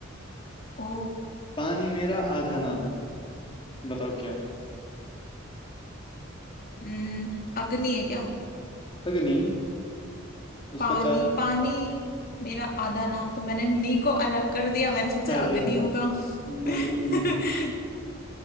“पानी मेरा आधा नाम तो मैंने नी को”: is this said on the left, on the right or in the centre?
Left